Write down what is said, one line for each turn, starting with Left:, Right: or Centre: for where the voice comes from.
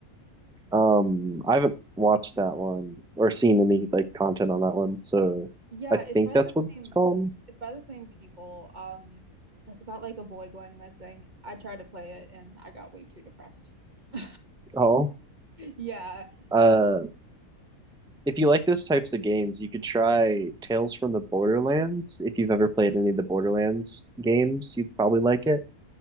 Centre: Um, I haven't watched that one or seen any like content on that one, so
Right: Yeah,
Centre: I
Right: it's
Centre: think
Right: by
Centre: that's
Right: the
Centre: what it's
Right: same
Centre: called.
Right: it's by the same people. Um, it's about like a boy going missing. I tried to play it and I got way too depressed. <laughs>
Centre: Oh,
Right: Yeah.
Centre: uh,
Right: Um,
Centre: if you like those types of games, you could try Tales from the Borderlands. If you've ever played any of the Borderlands games, you'd probably like it.